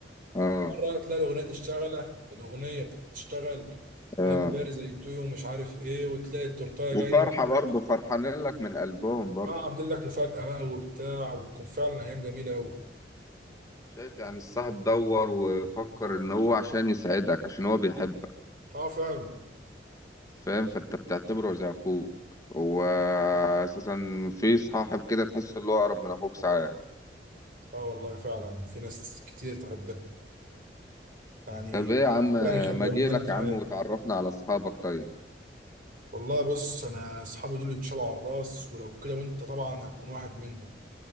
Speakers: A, on the left; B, on the right.
A: اه
B: مرة تلاقي الأغنية تشتغل الأغنية بتاعت تشتغل
A: اه
B: وهابي باري زي تو ومش عارف ايه وتلاقي التورتاية جاية
A: وفرحة
B: بكل-
A: برضه فرحانين لك من قلبهم برضه
B: اه عاملين لك مفاجأة بقى وبتاع وتكون فعلا أيام جميلة أوي
A: شايف يعني الصاحب دور وفكر ان هو عشان يسعدك عشان هو بيحبك
B: اه فعلا
A: فاهم فانت بتعتبره زي اخوك هو اساسا في صاحب كده تحس اللي هو اقرب من اخوك ساعات
B: اه والله فعلا في ناس كتير تحبها يعني
A: طب ايه يا عم
B: ربنا يخليهم
A: ما اجيلك
B: لنا في
A: يا
B: حياتنا
A: عم وتعرفنا على اصحابك طيب
B: والله بص انا اصحابي دول اتشالوا على الراس ولو كده وانت طبعا هتكون واحد منهم